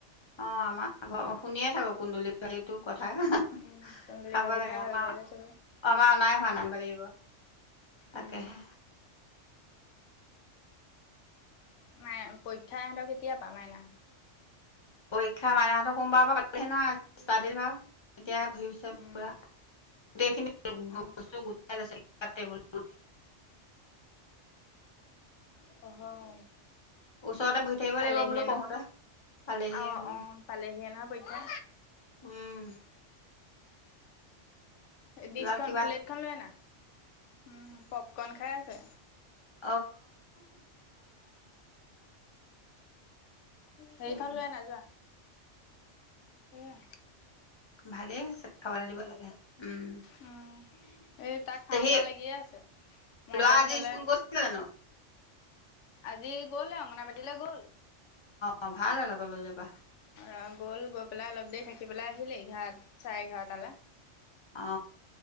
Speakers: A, on the left; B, on the left.
A: অ আমাৰ ঘ শুনিয়ে থাকো কুন্দুলি বাৰো সেইটো কথা। খাব
B: উম কুন্দুলি ভাজি
A: লাগে
B: খাই ভাল
A: আমাৰ
B: পাই যে চবে।
A: আমাৰ অনাই হোৱা নাই আনিব লাগিব। তাকেহে
B: উম। নাই পৰীক্ষা ইহঁতৰ কেতিয়া পা মাইনাহতৰ।
A: পৰীক্ষা মাইনাহতৰ সোমবাৰৰ পৰা পাবহি নহয় ষ্টাড পৰা এতিয়া হেৰি হৈছে
B: উম।
A: পি পুৰা। গোটেইখিনি
B: অ',
A: বস্তু গোটাই নাছিল। <unintelligible> ওতে
B: পঢ়ক
A: ওচৰতে বহি থাকিব
B: পালেহিয়ে
A: লাগিব বোলো
B: নহয়।
A: <unintelligible> পালেহি
B: অ
A: উম
B: অ পালেহি না পৰীক্ষা
A: উম
B: ডিছ
A: ল'ৰা
B: খন
A: কিবা
B: প্লেটখন লৈ আনা উম পপকন খাই আছে
A: অ',
B: সেইখন
A: উম,
B: লৈ আনা যোৱা সেইয়া
A: ভালে হৈছে খাবলৈ দিব লাগে উম
B: উম, এই তাক খাওঁ
A: তে সেই
B: খাওঁ লাগিয়ে আছে মৰ্টন
A: ল'ৰা আজি
B: খালে
A: স্কুল গৈছিলে জানো?
B: আজি গ'লে অংগনাবাদিলৈ গ'ল
A: অ', ভাল হ'ল আকৌ লৈ যাবা,
B: অ গ'ল গৈ পেলাই অলপ দেৰি থাকিবলে আহিলেই এঘাৰ চাৰে এঘাৰটালে।
A: অ